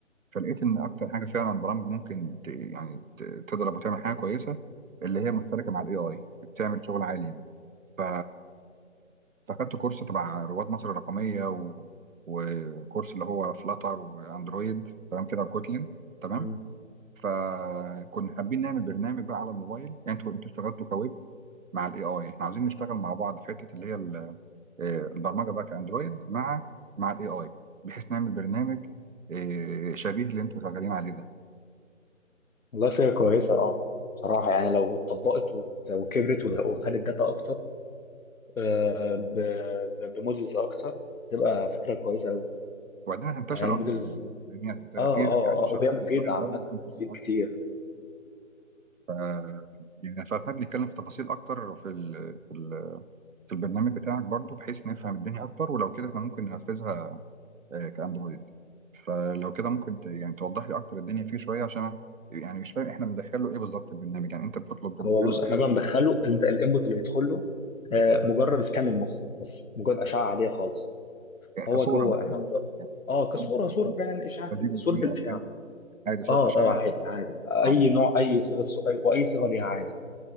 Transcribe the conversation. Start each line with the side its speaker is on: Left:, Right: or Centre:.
Right: فلقيت ان اكتر حاجه فعلا برامج ممكن ت- يعني ت- تضرب وتعمل حاجه كويسه اللي هي مشتركه مع الاي اي بتعمل شغل عالي يعني ف... فاخدت كورس تبع رواد مصر الرقميه و... وكورس اللي هو فلاتر واندرويد تمام كده وكوتلين تمام
Left: مم.
Right: فكنا حابين نعمل برنامج بقى على الموبايل يعني انتوا انتوا اشتغلتوا كويب مع الاي اي احنا عاوزين نشتغل مع بعض في حته اللي هي ال- آه، البرمجه بقى كاندرويد مع مع الاي اي بحيث نعمل برنامج آه، شبيه اللي انتوا شغالين عليه ده
Left: والله فكرة كويسة اه صراحة يعني لو اتطبقت وت- وكبرت وده- وخدت داتا أكتر آه، ب- ب- بمودلز أكتر تبقى فكرة كويسة أوي
Right: وبعدين هتنتشر
Left: يعني المودلز
Right: اكتر يعني
Left: اه
Right: لان هتبقى
Left: اه
Right: في في انتشار
Left: اه وهي
Right: في
Left: مفيدة
Right: اندرويد
Left: عامة
Right: برضه في انتشار
Left: هتفيد
Right: اكتر
Left: كتير
Right: ف يعني فخلينا نتكلم في تفاصيل اكتر في ال في ال في البرنامج بتاعك برضه بحيث نفهم الدنيا اكتر ولو كده احنا ممكن ننفذها آه، كاندرويد فلو كده ممكن ت... يعني توضح لي اكتر الدنيا فيه شويه عشان انا يعني مش فاهم احنا بندخل له ايه بالظبط البرنامج يعني انت بتطلب تدخل
Left: هو بص
Right: له
Left: احنا
Right: ايه
Left: بقى بندخله اللي انت الانبوت اللي بيدخل له آه، مجرد سكان المخ بس مجرد أشعة عادية خالص
Right: يعني
Left: هو
Right: كصوره
Left: جوه
Right: مثلا
Left: احنا بن-
Right: يعني
Left: اه
Right: بتطلب
Left: كصورة
Right: مثلا
Left: صورة
Right: كجي
Left: فعلا إشعة
Right: كجي بي
Left: صورة
Right: جي
Left: الإشعة
Right: او اي حاجه صوره
Left: اه
Right: اشعه
Left: اه عادي عادي
Right: صوره
Left: أي
Right: عاديه
Left: نوع أي صيغة سؤال وأي صيغة ليها عادي